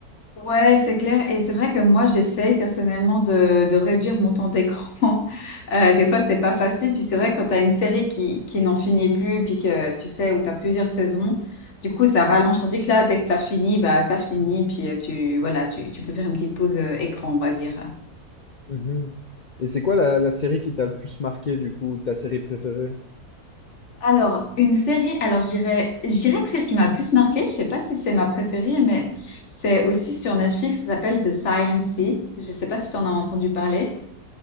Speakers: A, on the left; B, on the left.
A: Ouais, c'est clair. Et c'est vrai que moi, j'essaye personnellement de, de réduire mon temps d'écran. <laughs> Euh, des fois, c'est pas facile. Puis c'est vrai que quand tu as une série qui, qui n'en finit plus, puis que tu sais, où tu as plusieurs saisons, du coup, ça rallonge. Tandis que là, dès que tu as fini, bah, tu as fini. Puis euh, tu, voilà, tu, tu peux faire une petite pause euh, écran, on va dire.
B: Mhm. Et c'est quoi la, la série qui t'a le plus marqué, du coup, ta série préférée?
A: Alors, une série, alors je dirais, je dirais que celle qui m'a le plus marquée, je sais pas si c'est ma préférée, mais c'est aussi sur Netflix, ça s'appelle The Silent Sea. Je sais pas si tu en as entendu parler.